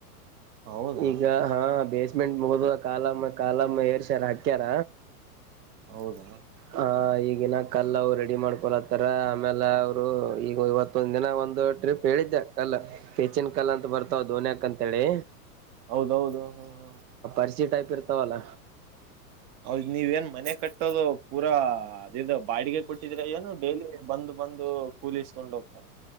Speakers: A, on the right (about 30°); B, on the right (about 85°).
A: ಹೌದಾ
B: ಈಗ ಹಾ ಬೇಸ್. ಮೆಂಟ್ ಮುಗದದ ಕಾಲಮ್ಮ ಕಾಲಮ್ಮ ಏರ್ ಸಾರ ಹಾಕ್ಯಾರ.
A: ಹೌದಾ
B: ಹ ಈಗಿನ. ಕಲ್ಲ ಅವು ರೆಡಿ ಮಾಡ್ಕೊಲತ್ತಾರ ಆಮೇಲೆ ಅವ. ರು ಈಗ ಇವತ್ತೊಂ. ದಿನ ಒಂದು ಟ್ರಿಪ್ ಹೇಳಿದ್ಯಾ ಕಲ್ಲ. ಹೆಚ್ಚಿನ್ ಕಲ್ ಅಂತ ಬರ್ತಾವ ದೋನ್ಯಾಕ್ ಅಂತೇಳಿ.
A: ಹೌದೌದು ಹ್ಮ ಹ.
B: ಕರ್ಸಿ ಟೈಪ್ ಇರ್ತಾವಲ್ಲ
A: ಹೌದ್ ನೀವ ಏನ್ ಮನೆ ಕಟ್ಟೋದು ಪೂರಾ ಅದದು ಬಾಡಿಗೆ ಕೊಟ್ಟಿದ್ರ ಏನು ಡೈಲಿ ಬಂದ್ ಬಂದು ಕೂಲಸ್ಕೊಂಡ್ ಹೋಗ್ತಾರ